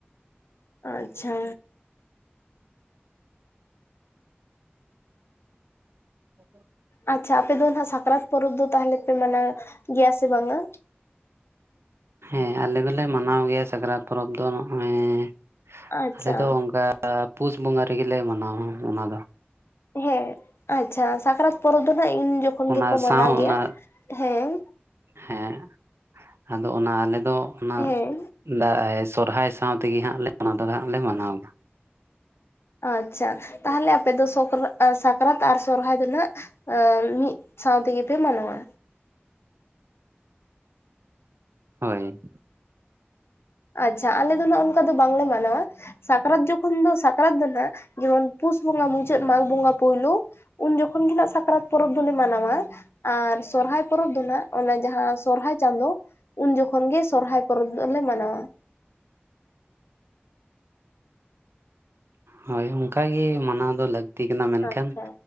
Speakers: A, on the left (about 80°); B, on the right (about 85°).
A: ᱟᱪᱪᱷᱟ᱾
B: <unintelligible>
A: ᱟᱪᱪᱷᱟ ᱟᱯᱮ ᱫᱚ ᱦᱟᱸᱜ ᱥᱟᱠᱨᱟᱛᱼᱼ ᱯᱚᱨᱚᱵᱽ ᱫᱚ ᱛᱟᱦᱚᱞᱮ ᱯᱮ ᱢᱟᱱᱟᱣ ᱜᱮᱭᱟ ᱥᱮ ᱵᱟᱝᱼᱟ?
B: ᱦᱮᱸ ᱟᱞᱮ ᱫᱚᱞᱮ ᱢᱟᱱᱟᱣ ᱜᱮᱭᱟ ᱥᱟᱠᱨᱟᱛ ᱯᱚᱨᱚᱵᱽ ᱫᱚ <unintelligible>
A: ᱟᱪᱪᱷᱟ
B: ᱟᱞᱮ ᱫᱚ ᱚᱱᱠᱟᱼᱼ ᱯᱩᱥ ᱵᱚᱸᱜᱟ ᱨᱮᱜᱮ ᱞᱮ ᱢᱟᱱᱟᱣᱟ ᱚᱱᱟ ᱫᱚ᱾
A: ᱦᱮᱸ ᱟᱪᱪᱷᱟ ᱥᱟᱠᱨᱟᱛ ᱯᱚᱨᱚᱵᱽ ᱫᱚ <unintelligible> ᱤᱱ ᱡᱚᱠᱷᱚᱱ
B: ᱚᱱᱟ
A: ᱜᱮᱠᱚ ᱢᱟᱱᱟᱣ
B: ᱥᱟᱶ ᱚᱱᱟ
A: ᱜᱮᱭᱟ ᱦᱮᱸ?
B: ᱦᱮᱸ ᱟᱫᱚ ᱚᱱᱟ ᱟᱞᱮ ᱫᱚ ᱮ ᱚᱱᱟ
A: ᱦᱮᱸ
B: ᱫᱟᱭ ᱥᱚᱨᱦᱟᱭ ᱥᱟᱶᱛᱮᱼᱼ ᱛᱮᱜᱮ ᱦᱟᱸᱜ ᱞᱮ ᱚᱱᱟ ᱫᱚ ᱦᱟᱸᱜ ᱞᱮ ᱢᱟᱱᱟᱣ ᱫᱟ ᱾
A: ᱟᱪᱪᱷᱟ ᱛᱟᱦᱚᱞᱮ ᱟᱯᱮ ᱫᱚ ᱥᱚᱠᱨᱟ ᱮᱸ ᱥᱟᱠᱨᱟᱛ ᱟᱨ ᱥᱚᱨᱦᱟᱭ ᱫᱚ ᱱᱷᱟᱸᱜ ᱢᱤᱫᱼᱼ ᱥᱟᱶ ᱛᱮᱜᱮ ᱯᱮ ᱢᱟᱱᱟᱣᱟ?
B: ᱦᱳᱭ᱾
A: ᱟᱪᱪᱷᱟ ᱟᱞᱮ ᱫᱚ ᱱᱷᱟᱸᱜ ᱚᱱᱠᱟ ᱫᱚ ᱵᱟᱝᱞᱮ ᱢᱟᱱᱟᱣᱟ ᱥᱟᱠᱨᱟᱛ ᱡᱚᱠᱷᱚᱱ ᱫᱚ ᱥᱟᱠ ᱠᱨᱟᱛ ᱫᱚ ᱱᱷᱟᱸᱜ ᱡᱮᱢᱚᱱ ᱯᱩᱥ ᱵᱚᱸᱜᱟ ᱢᱩᱪᱟᱹᱫ ᱢᱟᱜᱽ ᱵᱚᱸᱜᱟ ᱯᱩᱭᱞᱳ ᱩᱱ ᱡᱚᱠᱷᱚᱱ ᱜᱮ ᱱᱟᱦᱟᱜ ᱥᱟᱠᱨᱟᱛ ᱼᱼ ᱯᱚᱨᱚᱵᱽ ᱫᱚᱞᱮ ᱢᱟᱱᱟᱣᱟ ᱟᱨ ᱥᱚᱨᱦᱟᱭ ᱯᱚᱨᱚᱵᱽ ᱫᱚ ᱱᱷᱟᱸᱜ ᱚᱱᱟ ᱡᱟᱦᱟᱸ ᱥᱚᱨᱦᱟᱭ ᱪᱟᱸᱫᱳᱼᱼ ᱩᱱ ᱡᱚᱠᱷᱚᱱ ᱜᱮ ᱥᱚᱨᱦᱟᱭ ᱯᱚᱨᱚᱵᱽ ᱫᱚᱞᱮ ᱢᱟᱱᱟᱣ-ᱟ᱾
B: ᱦᱳᱭ ᱚᱱᱠᱟ ᱜᱮ ᱢᱟᱱᱟᱣ ᱫᱚ ᱞᱟᱹᱠᱼᱼ ᱞᱟᱹᱠᱛᱤ ᱠᱟᱱᱟ ᱢᱮᱱᱠᱷᱟᱱ
A: ᱟᱪᱪᱷᱟ